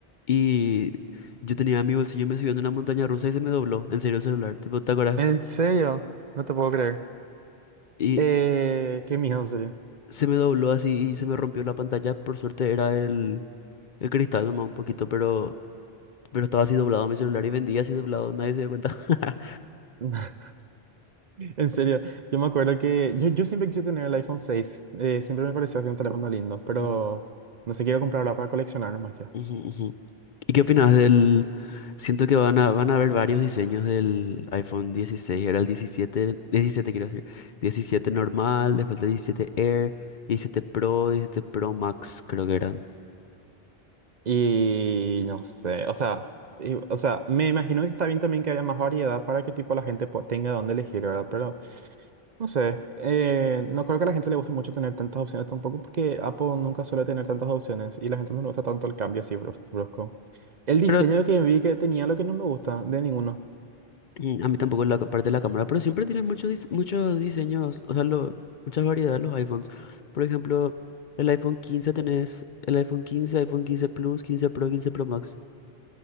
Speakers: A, on the left; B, on the right.
A: y yo tenía mi bolsillo, me subió en una montaña rusa y se me dobló. En serio, el celular, tipo, ¿te acuerdas?
B: En serio, no te puedo creer.
A: Y
B: Eh, qué miedo, en serio.
A: se me dobló así y se me rompió la pantalla. Por suerte era el, el cristal nomás un poquito, pero, pero estaba así doblado mi celular y vendía así doblado, nadie se dio cuenta. <laughs>
B: <laughs> En serio, yo me acuerdo que yo, yo siempre quise tener el iPhone seis. eh, siempre me pareció así un teléfono lindo, pero
A: Mm,
B: no sé, quiero comprarlo para coleccionar nomás ya.
A: ujú, ujú. ¿Y qué opinas del...? Siento que van a, van a haber varios diseños del iPhone dieciséis Era el diecisiete diecisiete quiero decir. diecisiete normal, después el 17 Air, 17 Pro, 17 Pro Max creo que eran.
B: Y no sé, o sea, y- o sea, me imagino que está bien también que haya más variedad para que tipo la gente po- tenga dónde elegir, ¿verdad? Pero no sé, eh, no creo que a la gente le guste mucho tener tantas opciones tampoco porque Apple nunca suele tener tantas opciones y la gente no le gusta tanto el cambio así brus- brusco. El diseño
A: Pero
B: que vi que tenía lo que no me gusta de ninguno.
A: Mm, A mí tampoco la ca- parte de la cámara, pero siempre tienen muchos dis- muchos diseños, o sea, lo- muchas variedades los iPhones. Por ejemplo, el iPhone 15 tenés el iPhone 15, iPhone 15 Plus, 15 Pro, 15 Pro Max.